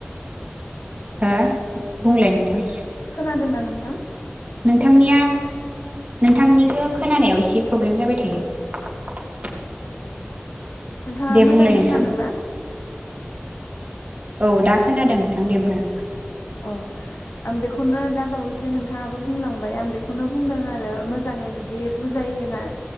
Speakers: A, on the right (about 35°); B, on the left (about 65°).
A: हो? बुंलाय नोंथां।
B: खोनादोंना नोंथां?
A: नोंथांनिया नोंथांनिखौ खोनानायाव एसे प्रब्लेम जाबाय थायो।
B: नोंथाङा
A: दे
B: मोजाङै
A: बुंलाय नोंथां
B: खोनादों ना?
A: औ दा खोनादों नोंथां दे बुं
B: अ आं बेखौनो दा बावैसो नोंथाङाबो बुंलांबाय आं बेखौनो बुंदों आरो मोजाङै जुदि बुजाय होना